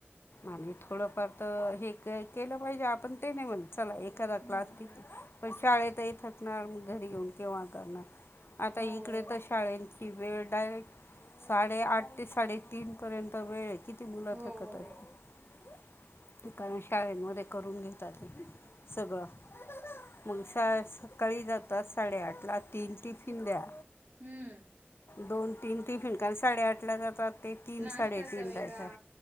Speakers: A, on the left; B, on the right.
A: आणि थोडंफार तर हे केलं पाहिजे. आपण ते नाही म्हणत, चला एखादा
B: हम्म
A: क्लास
B: हम्म
A: तींत पण, शाळेत ही थकणार मग घरी येऊन केव्हा करणार. आता
B: हो
A: इकडे तर शाळेेत, हि वेळ डायरेक्ट साडेआठ ते साडेतीन पर्यंत वेळ ये, किती मुलं
B: हो
A: थकत
B: हो
A: येत.
B: हो
A: कारण शाळेमध्ये करून घेतात ये सगळं, मग शाळा सकाळी जातात, साडेआठ ला तीन टिफिन द्या.
B: हम्म,
A: दोन तीन टिफीन कारण साडेआठ ला जातात. ते तीन
B: नाश्त्याचा
A: साडेतीन
B: वेगळा
A: ला येतात,